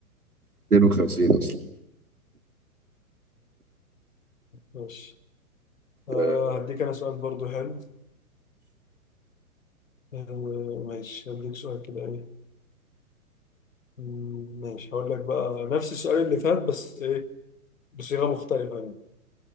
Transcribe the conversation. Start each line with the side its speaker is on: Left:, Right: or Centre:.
Right: 52 أصلا
Left: ماشي آه
Right: آه،
Left: هديك انا سؤال برضو حلو آه ماشي هديك سؤال كده ايه مم، ماشي هقول لك بقى نفس السؤال اللي فات بس ايه بصيغة مختلفة يعني